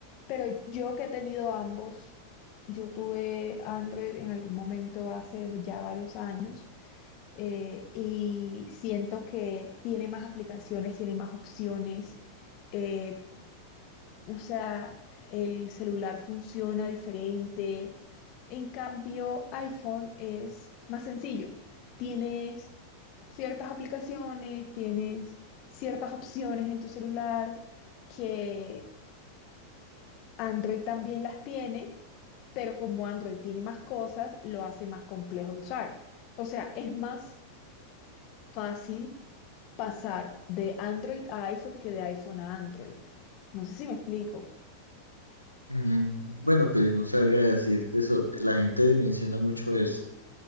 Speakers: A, on the left (about 40°); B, on the left (about 80°).
A: Pero yo que he tenido ambos, yo tuve Android en algún momento hace ya varios años eh, y siento que tiene más aplicaciones, tiene más opciones, eh, o sea, el celular funciona diferente. En cambio, iPhone es más sencillo. Tienes ciertas aplicaciones, tienes ciertas opciones en tu celular que Android también las tiene, pero como Android tiene más cosas, lo hace más complejo de usar. O sea, es más fácil pasar de Android a iPhone que de iPhone a Android. No sé si me explico.
B: Mm, Bueno, pues no sabría decirte eso. La gente menciona mucho eso,